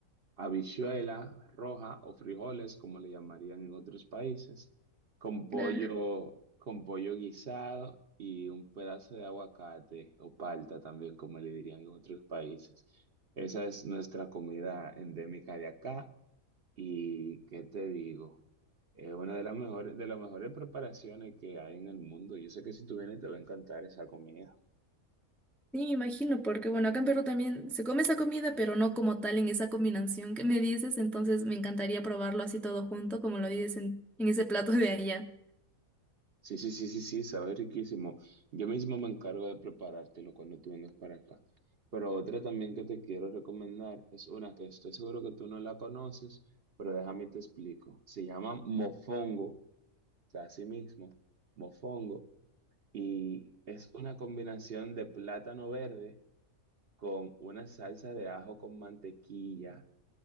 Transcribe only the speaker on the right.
habichuela roja o frijoles, como le llamarían en otros países, con pollo,
con pollo guisado y un pedazo de aguacate o palta también, como le dirían en otros países. Esa es nuestra comida endémica de acá y ¿qué te digo? Es una de las mejores, de las mejores preparaciones que hay en el mundo. Yo sé que si tú vienes te va a encantar esa comida.
Sí, sí, sí, sí, sí, sabe riquísimo. Yo mismo me encargo de preparártelo cuando tú vengas para acá. Pero otra también que te quiero recomendar es una que estoy seguro que tú no la conoces, pero déjame y te explico. Se llama mofongo, o sea, así mismo, mofongo, y es una combinación de plátano verde con una salsa de ajo con mantequilla